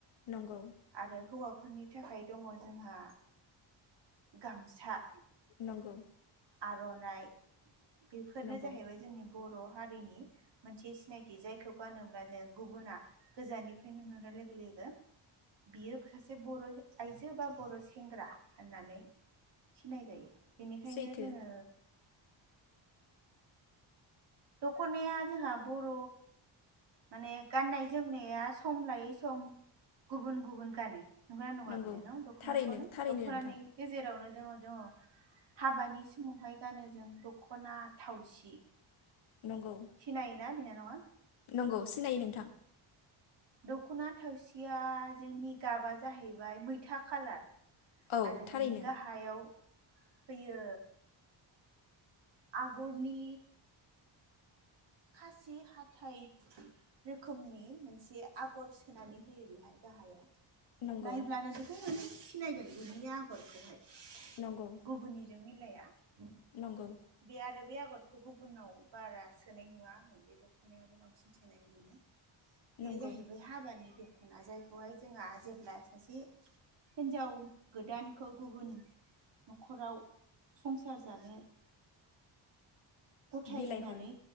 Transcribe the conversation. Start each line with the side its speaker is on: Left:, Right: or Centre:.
Left: नंगौ
Right: आरो हौवा फोरनि थाखाय दंङ' जोंहा गामसा
Left: नंगौ।
Right: आरनाइ बेफोरनो
Left: नंगौ
Right: जाहैबाय जोंनि बर' हारिनि मोनसे सिनायथि जायखौ गानोब्ला जों गुबुना गोजाननिफ्राय नुनाय लोगो लोगो बियो सासे बर' आइजो बा बर' सेंग्रा होननानै सिनाय जायो। बेनिखायनो
Left: सैथो
Right: जोङो दख'नाया जोंहा बर' माने गाननाय जोमनाया सम लायै सम गुबुन गुबुन गानो नंगौ ना नङा
Left: नंगौ
Right: बिनानाव दख'नाखौनो
Left: थारैनो थारैनो
Right: दख'नानि
Left: नोंथां
Right: गेजेरावनो जोङो दङ हाबानि समावहाय गानो जों दख'ना थावसि
Left: नंगौ
Right: सिनायोना बिनानावा
Left: नंगौ सिनायो नोंथां।
Right: दख'ना थावसिया जोंनि गाबा जाहैबाय मैथा खालार
Left: औ
Right: आरो
Left: थारैनो
Right: बिनि गाहायाव फैयो आगरनि खासि हाथाइ रोखोमनि मोनसे आगर सोनानै होयो बेहाय गाहायाव
Left: नंगौ
Right: नायब्लानो बेखौ मोनो। सिनायगोन बिनि आगरखौहाय?
Left: नंगौ
Right: गुबुननिजों मिलाया बिया
Left: नंगौ
Right: आरो बे आगर बेखौ गुबुनाव बारा सोनाय नुवा आङो बे दख'नायावबो बांसिन सोनाय मोनो बेयो
Left: नंगौ
Right: जाहैबाय हाबानि द' दख'ना जायखौहाय जोंहा जेब्ला सासे हिनजाव गोदानखौ गुबुन न'खराव संसार जानो गथायनानै
Left: बिलाइ हरो